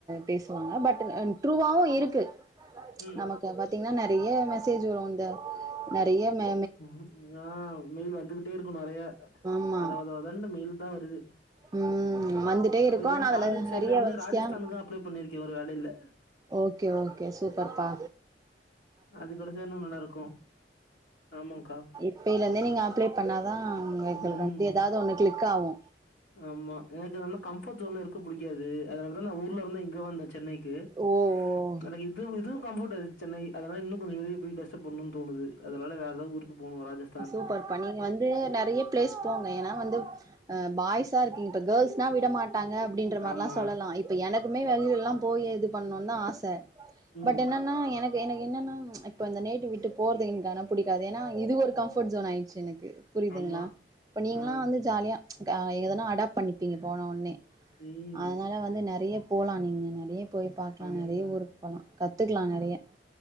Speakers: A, on the right; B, on the left.
A: பேசுவாங்க பட் டு அ ட்ரூவாவு இருக்கு
B: ம்
A: நமக் கது பாத்தீங்கன்னா நெறைய மெசேஜ் வரு இந்த நெறைய இந்ந
B: ம் ஆ மெயில் வந்துகிட்டே இருக்கு நெறைய
A: ஆமா
B: வத வத வத னு மெயில் தா வருது
A: ம் வந்துட்டே
B: இப்ப
A: இருக்கு
B: எ
A: ஆனா அதுல
B: காலேஜ் சைட்ல
A: நெறைய
B: இருந்து ராஜஸ்தானுக்கு
A: ஸ்கேம்
B: அப்ளே பண்ணிருக்கே ஒரு வேளைல
A: ஓகே ஓகே சூப்பர் பா
B: அது கடைசியா இன்னு நல்லாருக்கு ஆமாக்கா
A: இப்பைலேந்தே நீங்க அப்ளே பண்ணாதா உங்களுக்கு
B: ம்
A: வந்து எதாவ்து ஒன்னு கிளிக் ஆகு
B: ஆமா எனக்கு என்னனா கம்ஃபர்ட் ஜோன்ல இருக்க புடிக்காது அதனாலதா நா ஊர்ல இருந்து இங்க வந்தே சென்னைக் ம்
A: ஓ ஓ
B: எனக்கு இல்ல இதுவும் கம்ஃபர்ட் ஆய்ட் சென்னை அதனால இன்னு கொஞ்ச வெளியே போய் கஷ்ட படணுன் தோணுது அதனால வேறெதாவ்து ஊருக்கு போனு ராஜஸ்
A: ஸ்வீட்டா இருப்பாங்க நீங்க வந்து நெறைய பிளேஸ் போங்க ஏனா வந்து அ பாய்ஸா இருக்கீங்க இப்ப கேர்ள்ஸ்னா விடமாட் டாங்க அப்டின்ற
B: ம்.
A: மாரில்லா
B: ஆமா
A: சொல்லலா இப் ப எனக்குமே வெளியிலல்லா போய் இது பண்ணுன்தா ஆச
B: ம்
A: பட் என்ன ன்னா எனக்கு எனக்கு என்னன்னா இப்ப இந்த நேட்டிவ் விட்டு போறதுக்கு எனக் ஆனா புடிக்காது ஏனா இது வரை கம்ஃபர்ட் ஜோன் ஆயிடுச்சு எனக்கு புரியுதுங்ளா
B: ஆமா
A: இப்ப நீங்களா
B: ஆ
A: வந்து ஜாலியா க எங்கதானா அடாப்ட் பண்ணிப்பீங்க போன ஒன்னே
B: ம்
A: அதனால் ல்ல வந்து நெறைய போல்லா நீங்க நறைய போய் பாக்கலா
B: ஆமாங்கா
A: நெறைய ஊருக் போல்லா கத்துக்கலாம் நிறைய